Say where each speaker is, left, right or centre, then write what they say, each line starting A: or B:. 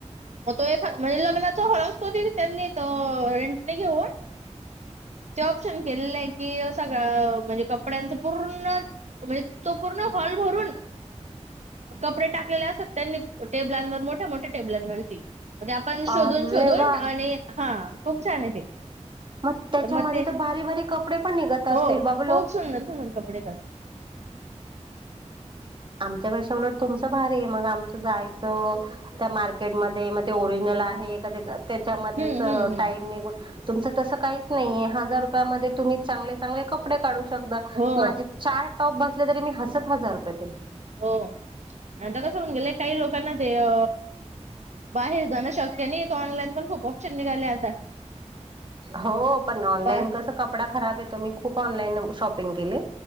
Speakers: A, on the right; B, on the right.
A: मग तो एक. म्हणजे लग्नाचा हळसत हो त्यांनी त रेंट नाही घेऊन! जे ऑप्शन केलेलं आहे की सगळं म्हणजे कपड्यांचं पूर्ण, म्हणजे तो पूर्ण हॉल भरून'
B: ह,
A: कपडे टाकले असत त्यांनी टेबलांवर मोठ्या मोठ्या टेबलांवरती. म ते आपण शोधून
B: अरे
A: शोधून
B: वा.
A: आणि हा खूप छान आहे ते.
B: मग त्याच्यामध्ये
A: मग ते
B: तर भारी भारी कपडे पण निघत असतील
A: हो
B: बाबा लो?
A: खूप सुंदर सुंदर कपडे येतात.
B: आमच्यापेक्षा उलट तुमचं भारी आहे मग आमचं जायचं. त्या मार्केटमध्ये मग ते ओरिजिनल आहे कधी त्याच्यामध्येच
A: हम्म हम्म हम्म
B: टाइम अ निघुण. तुमच तस काहीच नाहीये हजार रुपयामध्ये तुम्ही चांगले चांगले कपडे काढू शकता
A: हो
B: माझे. चार टॉप बसले तरी मी हसत हजार रुपये देईन.
A: हो आता कसं होऊन गेले काही लोकांना ते! अ बाहेर जाणं शक्य नाही त ऑनलाईन पण खूप ऑप्शन निघाले आता?
B: हो पण ऑनलाईन
A: बा
B: कस कपडा खराब येतो मी खूप ऑनलाईन शॉपिंग केली.